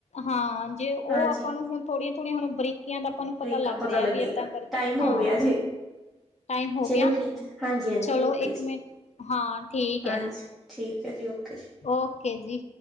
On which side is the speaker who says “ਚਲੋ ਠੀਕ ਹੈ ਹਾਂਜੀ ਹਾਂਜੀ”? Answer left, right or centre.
Centre